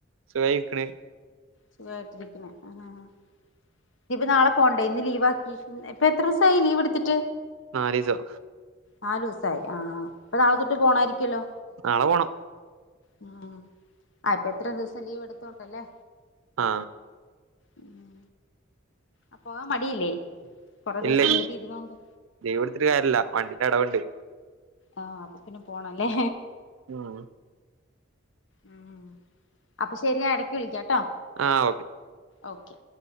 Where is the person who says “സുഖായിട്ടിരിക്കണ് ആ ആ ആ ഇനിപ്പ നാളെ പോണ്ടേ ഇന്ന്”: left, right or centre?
Left